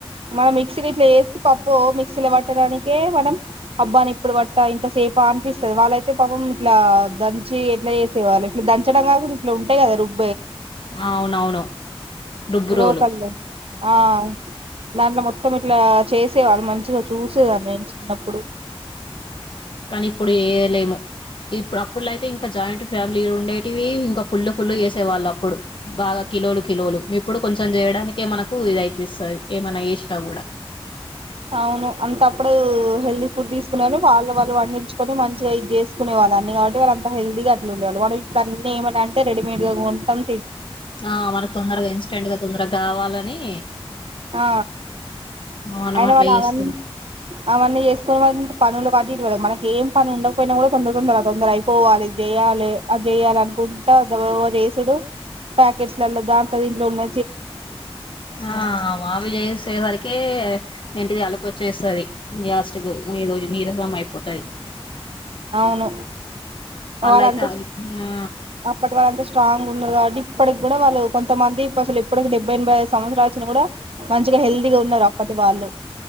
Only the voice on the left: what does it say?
అవునవును డుబ్బు రోలు
కానీ ఇప్పుడు ఏయలేము ఇప్పుడు అప్పుట్లోయితే ఇంకా జాయింట్ ఫ్యామిలీ ఉండేటివి ఇంకా ఫుల్ ఫుల్ చేసే వాళ్ళు అప్పుడు బాగా కిలోలు కిలోలు ఇప్పుడు కొంచెం చేయడానికే మనకు ఇది అయిపిస్తయి ఏమనా ఇష్ట కూడా
ఆ మనకు తొందరగా ఇన్స్టెంట్గా తొందరగా కావాలని
మనం
అట్లా
చేసుకుంటాం
ఆ వావి చేసేవరికె ఇంటిది అలుపు వచ్చేస్తది లాస్ట్ కి ఈ రోజు నీరసం అయిపోతది.
వాళ్ళయితే
అవి ఆ